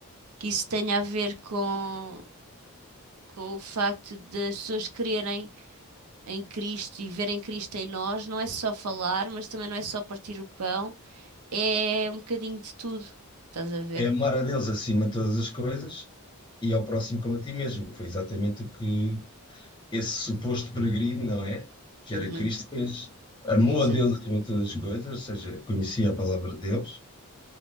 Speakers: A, on the right (about 85°); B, on the left (about 20°).
A: que isso tenha a ver com, com o facto das pessoas crerem em Cristo e verem Cristo em nós. Não é só falar, mas também não é só partir o pão. É um bocadinho de tudo. Estás a ver?
B: É amar a Deus acima de todas as coisas e ao próximo como a ti mesmo. Foi exatamente o que esse suposto peregrino, não é? Que
A: Uhum,
B: era Cristo, fez. Amou
A: exato.
B: a Deus acima de todas as coisas, ou seja, conhecia a palavra de Deus